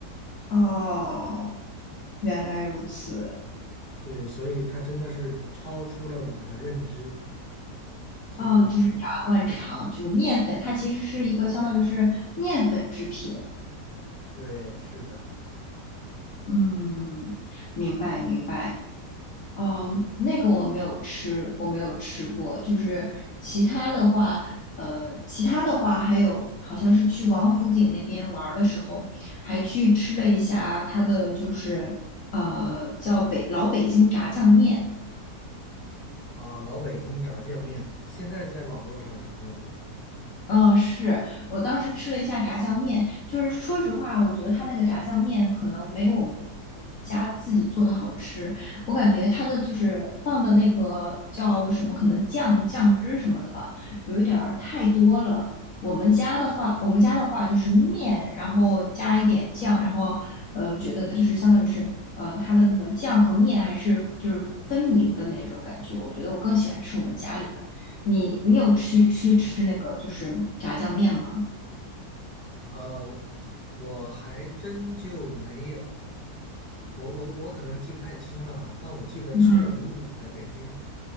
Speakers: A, on the left (about 55°); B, on the left (about 35°).
A: 嗯，哦，原来如此。
B: 对，所以它真的是超出了我的认知。所以，
A: 哦，就是炸灌肠，就是面粉，它其实是一个相当于是面粉制品。
B: 对，是的，
A: 嗯，明白明白。哦，那个我没有吃，我没有吃过。就是其他的话，呃，其他的话还有，好像是去王府井那边玩儿的时候，还去吃了一下它的，就是呃，叫北老北京炸酱面。
B: 啊，老北京炸酱面现在在网络上也很火。
A: 嗯，是我当时吃了一下炸酱面，就是说实话，我觉得他那个炸酱面可能没有我们家自己做的好吃。我感觉他的就是放的那个叫什么，可能酱酱汁什么的吧，有一点儿太多了。我们家的话，我们家的话就是面，然后加一点酱，然后呃，觉得就是相当于是呃，它的那个酱和面还是就是分明的那种感觉。我觉得我更喜欢吃我们家里的。你你有去去吃那个就是炸酱面吗？
B: 呃，我还真就没有，我我我可能记不太清了哈，但我记得吃了卤煮在北京。
A: 嗯，